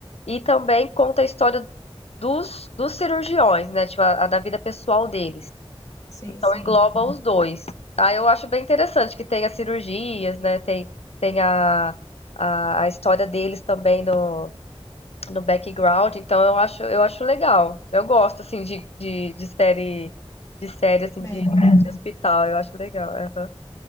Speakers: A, on the left (about 75°); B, on the left (about 30°).
A: e também conta a história dos, dos cirurgiões, né? Tipo, a, a da vida pessoal deles.
B: sim,
A: Então
B: sim.
A: engloba os dois. Aí eu acho bem interessante que tem as cirurgias, né? Tem, tem a, a, a história deles também no, no background. Então eu acho, eu acho legal. Eu gosto assim de, de, de série de série assim
B: Médica.
A: de, de hospital. Eu acho legal. aham.